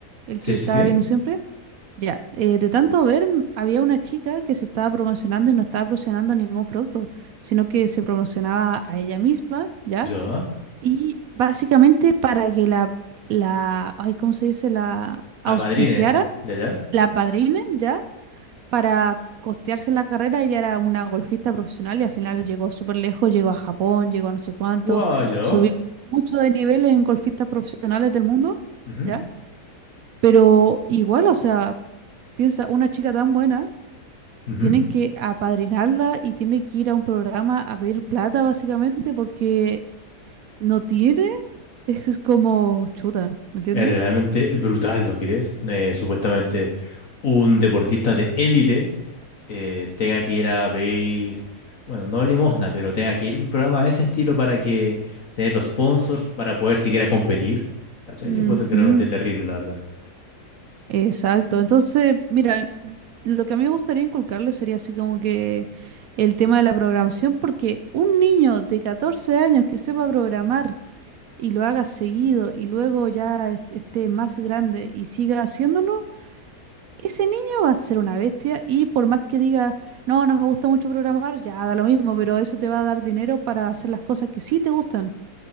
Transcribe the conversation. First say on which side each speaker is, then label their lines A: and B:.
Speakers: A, on the right; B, on the left.
A: el
B: Sí,
A: que
B: sí,
A: estaba
B: sí.
A: viendo siempre? Ya, eh, de tanto ver, m- había una chica que se estaba promocionando y no estaba promocionando ningún producto, sino que se promocionaba a ella misma, ¿ya?
B: Yo.
A: Y básicamente para que la, la, ay, ¿cómo se dice? La auspiciaran,
B: Apadrine. Ya, ya.
A: la padrinen, ¿ya? para costearse la carrera, ella era una golfista profesional y al final llegó súper lejos, llegó a Japón, llegó a no sé cuánto,
B: Guau, yo.
A: subió mucho de nivel en golfistas profesionales del mundo,
B: Ujú,
A: ¿ya? Pero igual, o sea, piensa, una chica tan buena,
B: ujú.
A: tienen que apadrinarla y tiene que ir a un programa a pedir plata, básicamente, porque no tiene, <laughs> es que es como chuta, ¿me entiendes?
B: Es realmente brutal, ¿no crees? Eh, supuestamente un deportista de élite eh, tenga que ir a pedir, bueno, no limosna, pero tenga que ir a un programa de ese estilo para que tener los sponsors para poder siquiera competir. ¿Cachai?
A: Ujú.
B: Yo encuentro que es realmente terrible, la verdad.
A: Exacto. Entonces, mira, lo que a mí me gustaría inculcarle sería así como que el tema de la programación, porque un niño de 14 años que sepa programar y lo haga seguido y luego ya est- esté más grande y siga haciéndolo, ese niño va a ser una bestia y por más que diga, no, no me gusta mucho programar, ya da lo mismo, pero eso te va a dar dinero para hacer las cosas que sí te gustan.